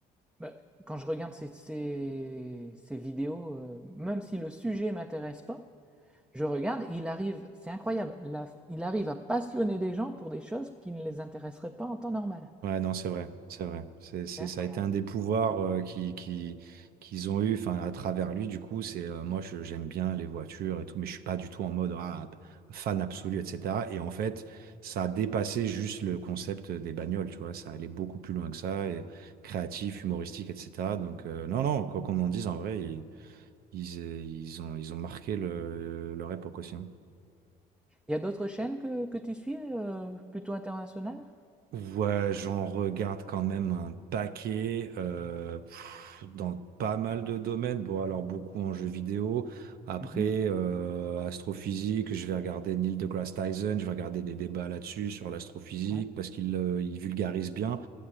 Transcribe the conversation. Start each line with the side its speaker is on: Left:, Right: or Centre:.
Centre: Bah, quand je regarde ces, ces- ces vidéos, euh, même si le sujet m'intéresse pas, je regarde, il arrive, c'est incroyable, la- il arrive à passionner des gens pour des choses qui ne les intéresseraient pas en temps normal.
Right: Ouais, non, c'est vrai, c'est vrai. C'est, c'est,
Centre: C'est incroyable.
Right: ça a été un des pouvoirs euh, qui, qui, qu'ils ont eu, enfin, à travers lui, du coup, c'est euh, moi, je- j'aime bien les voitures et tout, mais je suis pas du tout en mode ah, fan absolu, etc. Et en fait, ça a dépassé juste le concept des bagnoles, tu vois, ça allait beaucoup plus loin que ça, et créatif, humoristique, etc. Donc, euh, non, non, quoi qu'on en dise, en vrai, Ils, euh, ils ont, ils ont marqué le- leur époque aussi. hein.
Centre: Il y a d'autres chaînes que, que tu suis, euh, plutôt internationales?
Right: Ouais, j'en regarde quand même un paquet euh, pff, dans pas mal de domaines. Bon, alors beaucoup en jeux vidéo. Après,
Centre: Mhm.
Right: euh, astrophysique, je vais regarder Neil deGrasse Tyson, je vais regarder des débats là-dessus sur l'astrophysique
Centre: Ouais.
Right: parce qu'il euh, il vulgarise bien.